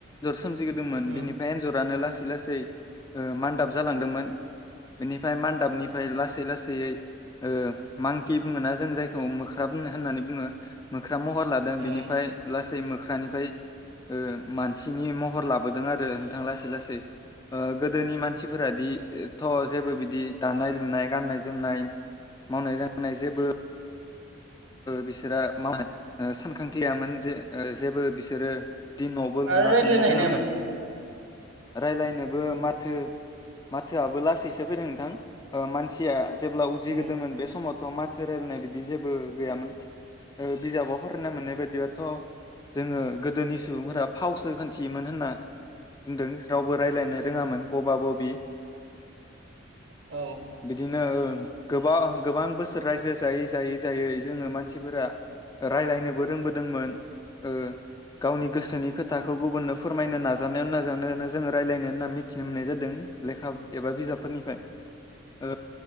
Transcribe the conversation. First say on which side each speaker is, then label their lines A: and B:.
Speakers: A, on the left; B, on the right.
A: सोमजिबोदोंमोन
B: उम
A: बिनिफ्राय एन्जरानो लासै लासै ओ मान्दाब जालांदोंमोन। बेनिफ्राय मान दाबनिफ्राय लासै लासैयै ओ मांकि बुङोना जों जायखौ मोख्रा बुङो होननानै बुङो मोख ख्रा महर लादों
B: उम
A: बेनिफ्राय लास गासै मोख्रानिफ्राय ओ मानसिनि महर लाबोदों आरो नोंथां लासै लासै ओ गोदोनि मानसिफोरादि थ' जेबो बिदि दानाय लुनाय गान्नाय जोमनाय मावनाय दांनाय जेबो बिसोरा माव सानखांथि गैयामोन जे जेबो बिसोरो बिदि न'बोे
B: आरो
A: लुना
B: रायज्लायनो
A: थानो
B: हानायामोन
A: रोङामोन। रायलायनोबो
B: औ
A: माथो माथोआबो लासैसो फैदों नोंथां ओ मानसिया जेब्ला उजिगोदोंमोन
B: औ
A: बे समाव माथो रायलायनाय बादि। जेबो गैयामोन बिजाबाव फरायना मोननाय बायदिबथ' जोङो गोदोनि सुबुंफोरा फावसो खोनथियोमोन होनना बुंदों रावबो रायजलायनो रोङामोन बबा बबि।
B: औ
A: बिदिनो ओ। गोब ओं गोबां बोसोर रायजो जायै जायै जायै जोङो मानसिफोरा रायायनोबो रोंबोदोंमोन ओ गावनि गोसोनि खोथाखौ गुबुननो फोरमायनो नाजानायाव नाजानायनो जो रायलायनाय होनना मिथिनो मोननाय जादों लेखा एबा बिजाबफोरनिफ्राय ओ